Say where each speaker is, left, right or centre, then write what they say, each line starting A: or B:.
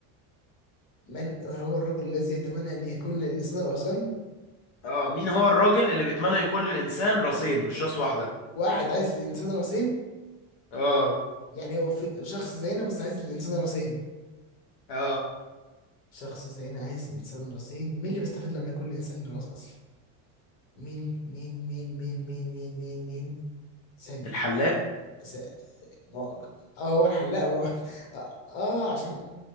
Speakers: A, on the left; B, on the left.
A: من هو الرجل الذي يتمنى أن يكون للإنسان رأسان
B: اه مين هو الراجل اللي بيتمنى يكون للإنسان راسين مش راس واحدة
A: واحد عايز للإنسان رأسين
B: اه
A: يعني هو في شخص زينا بس عايز للإنسان رأسين
B: اه
A: شخص زينا عايز للإنسان رأسين مين اللي بيستفيد لما يكون للإنسان له رأس أصلا مين مين مين مين مين مين مين مين ثانية
B: الحلاق
A: س- ما هو- اه هو الحلاق ما هو <laughs> اه عشان